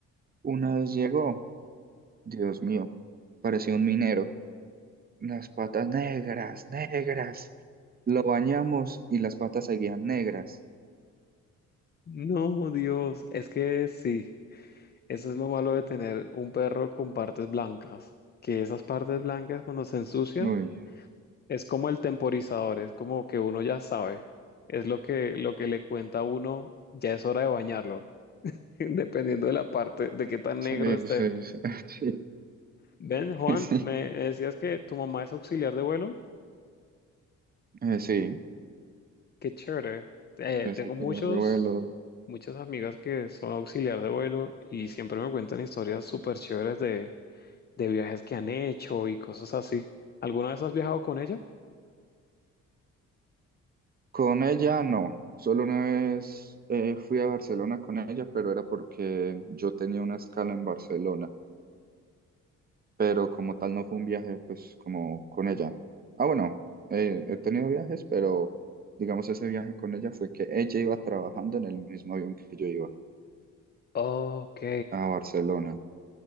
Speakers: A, on the right; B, on the left.
A: Una vez llegó, Dios mío, parecía un minero. Las patas negras, negras. Lo bañamos y las patas seguían negras.
B: No, Dios, es que sí. Eso es lo malo de tener un perro con partes blancas, que esas partes blancas cuando se ensucian
A: Uy,
B: es como el temporizador, es como que uno ya sabe, es lo que, lo que le cuenta a uno, ya es hora de bañarlo, <laughs> dependiendo de la parte, de qué tan
A: sí,
B: negro esté.
A: sí, sí. <laughs>
B: Ven, Juan,
A: Sí, sí,
B: me decías que tu mamá es auxiliar de vuelo,
A: Eh, sí.
B: qué chévere. Eh,
A: Desauxiliar
B: tengo muchos,
A: de vuelo,
B: muchas amigas que son auxiliar de vuelo y siempre me cuentan historias súper chéveres de de viajes que han hecho y cosas así. ¿Alguna vez has viajado con ella?
A: Con ella no, solo una vez eh, fui a Barcelona con ella, pero era porque yo tenía una escala en Barcelona, pero como tal no fue un viaje pues como con ella. Ah, bueno, eh, he tenido viajes, pero digamos ese viaje con ella fue que ella iba trabajando en el mismo avión que yo iba
B: Ok.
A: a Barcelona.